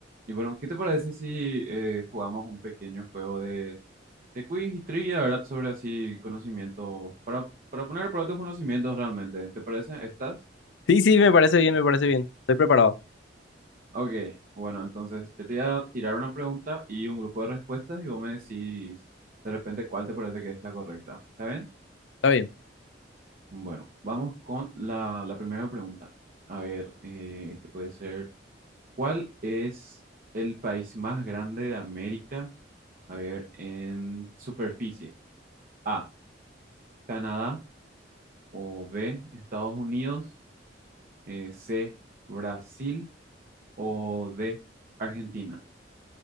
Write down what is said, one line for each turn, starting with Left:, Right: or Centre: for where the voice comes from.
Right: Y bueno, ¿qué te parece si eh, jugamos un pequeño juego de, de quiz y trivia, ¿verdad? Sobre así conocimiento, para, para poner a prueba tus conocimientos realmente. ¿Te parece? ¿Estás?
Left: Sí, sí, me parece bien, me parece bien. Estoy preparado.
Right: Ok, bueno, entonces yo te voy a tirar una pregunta y un grupo de respuestas y vos me decís de repente cuál te parece que es la correcta. ¿Está bien?
Left: Está bien.
Right: Bueno, vamos con la, la primera pregunta. A ver, eh, este puede ser, ¿cuál es el país más grande de América? A ver, en superficie. A. Canadá o B, Estados Unidos, eh, C, Brasil o D, Argentina.